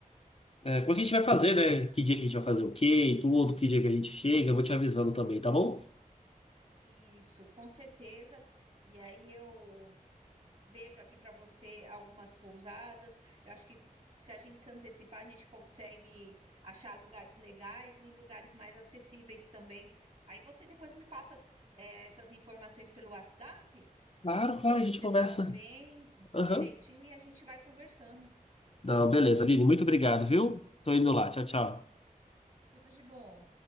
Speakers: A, on the left (about 45°); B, on the right (about 50°).
A: é, como é que a gente vai fazer, né? Que dia que a gente vai fazer o quê e tudo, que dia que a gente chega, eu vou te avisando também, tá bom?
B: Isso, com certeza. E aí eu vejo aqui para você algumas pousadas. Eu acho que se a gente se antecipar, a gente consegue achar lugares legais e lugares mais acessíveis também. Aí você depois me passa, eh, essas informações pelo WhatsApp,
A: Claro,
B: quantas
A: claro, a gente
B: pessoas
A: conversa.
B: vêm
A: Aham.
B: direitinho e a gente vai conversando.
A: Não, beleza, Vini, muito obrigado, viu? Tô indo lá. Tchau, tchau.
B: Tudo de bom.